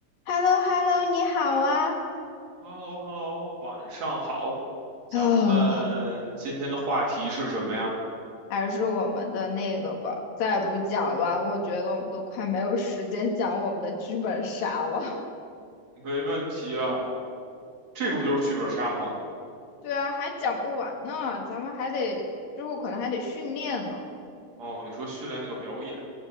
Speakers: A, on the left; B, on the right.
A: h e l l o h e l l o 你好啊！
B: h e l l o h e l l o 晚上好。咱们今天的话题是什么呀？
A: 啊，还是我们的那个吧，再不讲完，我觉得我们都快没有时间讲我们的剧本杀了。
B: 没问题啊，这个不就是剧本杀吗？
A: <laughs> 对啊，还讲不完呢，咱们还得之后可能还得训练呢。
B: 哦，你说训练那个表演。